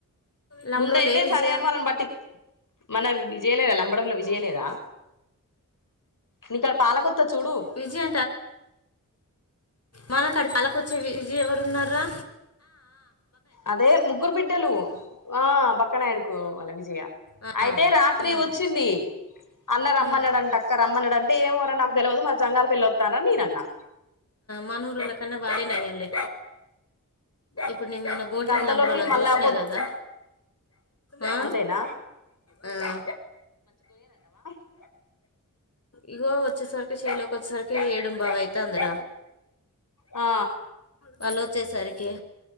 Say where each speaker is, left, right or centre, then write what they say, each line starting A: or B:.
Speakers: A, on the left; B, on the left.
A: లంబడో
B: ముందయితే
A: లే విజయ
B: సరే అన వాళ్ళని బట్టి మన విజయలేద లంబడంలో విజయలేదా నీకాడ పాలకొత్త చూడు
A: విజయ మనకుడి కళ్ళకి వచ్చే విజ ఎవరు ఉన్నారా
B: అదే ముగగుర్బిడ్డలు ఆ బక్కన ఎడుకు అాల విజయ
A: ఆ
B: అయితే రాత్రి
A: ఉమ్,
B: వచ్చింది అన్న రమ్మన్నాడు
A: ఉమ్.
B: అంటే అక్క రమ్మన్నాడు అంటే ఏమవరని నాకు తెలియదు మారి జంగాలి పెళ్ళిొతుారని నే అన్నా
A: మనూ రళక వాాధేనే అళే ఇప్పుడు నేమన్న బోటు
B: ఇంక
A: మీల్ళ
B: అంతలోకి
A: అమ్కోవాలని
B: మళ్ళా
A: చూసినా
B: పొద్
A: కదా ఆ
B: అంతేనా
A: ఆ
B: బ
A: ఇగ వచ్చే సార్కి చైల్కి వచ్చ సార్కి ఏడుం బావ అయిత అంద్ర
B: ఆ
A: వాళ్ళ వచ్చేసరికి